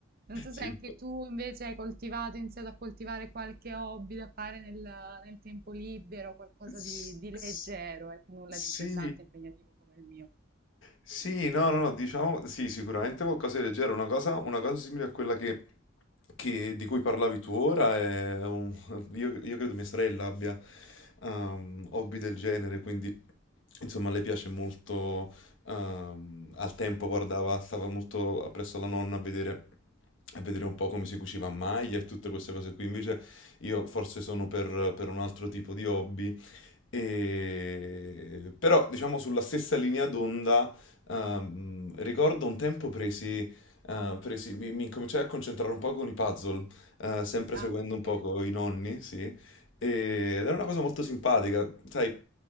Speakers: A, on the right; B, on the left.
A: Non so se
B: Simpa-
A: anche tu invece hai coltivato, iniziato a coltivare qualche hobby da fare nel, nel tempo libero, qualcosa di,
B: s-
A: di leggero,
B: s-
A: ecco, nulla
B: Sì,
A: di pesante e impegnativo come il mio.
B: Sì, no, no, no, diciamo, sì, sicuramente qualcosa di leggero, una cosa, una cosa simile a quella che, che- di cui parlavi tu ora, è un- io, io credo mia sorella abbia ehm, hobby del genere, quindi insomma le piace molto, ehm, al tempo guardava, stava molto appresso alla nonna a vedere, a vedere un po' come si cuciva a maglia e tutte queste cose qui, invece io forse sono per per un altro tipo di hobby e- Però, diciamo, sulla stessa linea d'onda, ehm, ricordo un tempo presi, eh, presi- mi, mi incominciai a concentrare un po' con i puzzle, eh, sempre
A: Ah,
B: seguendo
A: ok.
B: un poco i nonni, sì. E- Ed era una cosa molto simpatica, sai,